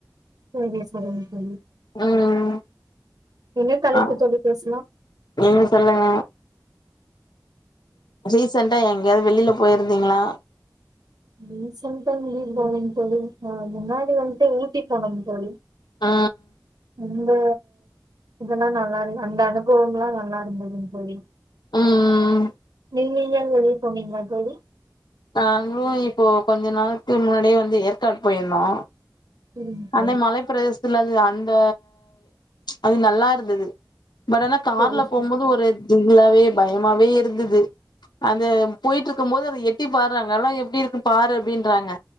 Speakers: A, on the right; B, on the left.
A: சேரிங்க சேரிங்க தோழி
B: ம்
A: என்ன தலைப்பு
B: ஆ
A: தோழி பேசலா
B: நீங்க சொல்லுங்க ரீசென்டா எங்கேயாவது வெளில போயிருந்தீங்ளா
A: ரிசன்டா எங்கியு போகலிங் தோழி ஆ முன்னாடி வன்ட்டு ஊட்டி போனோந் தோழி
B: ஆ
A: இது இதெல்லா நல்லாயில்லைங் அந்த அனுபவமெல்லா நல்லாயிருந்ததுங் தோழி
B: ம்
A: நீங்க எங்கயாவது வெளிய போனீங்ளா தோழி
B: நாங்களு இப்போ கொஞ்ச நாளைக்கு முன்னாடியே வந்து ஏற்காடு போயிருந்தோ
A: சரிங்க தோழி.
B: அந்த மலைப்பிரதேச த்துல அது அந்த அது நல்லா இருந்தது பட் ஆனா கார்ல
A: சரி
B: போம்போது
A: சரி
B: ஒரு இதில்ல இப்பயே பயமாவே இருந்தது அது போயிட்டு இருக்கும்போது அது எட் டி பாரு அங்கெல்லா எப்டி இருக்கும் பாரு அப்படின்றாங்க